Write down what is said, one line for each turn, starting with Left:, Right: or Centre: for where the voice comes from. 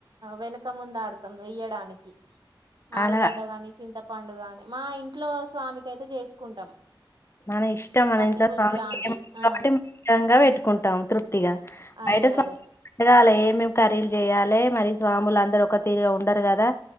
Right: వెనక ముంద ఆడుతాం వెయ్యడానికి, ఈ ఆలుగడ్డ
Left: అలా
Right: గాని, చింతపండు గాని మా ఇంట్లో స్వామికి అయితే చేసుకుంటాం.
Left: మన ఇష్టం మన
Right: పచ్చి
Left: ఇంట్లో
Right: పులుసు
Left: స్వామి
Right: లాంటి ఆ
Left: కాబట్టి మంచి గా పెట్టుకుంటాము, తృప్తిగా బయట
Right: అదే
Left: స్వామికి
Right: అదే
Left: పెట్టగల మేము కర్రీలు చేయాలే మరి స్వాములు అందరూ ఒక తీరుగా ఉండరు కదా,